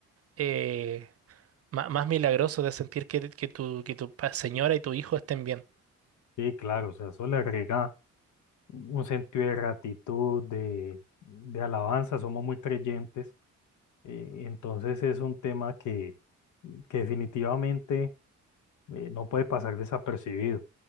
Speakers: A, on the right; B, on the left.
A: eh, ma- más, milagroso de sentir que, que tu, que tu pa- señora y tu hijo estén bien.
B: Sí, claro, o sea, eso le agrega un sentido de gratitud, de, de alabanza, somos muy creyentes Eh, entonces es un tema que, que definitivamente eh, no puede pasar desapercibido.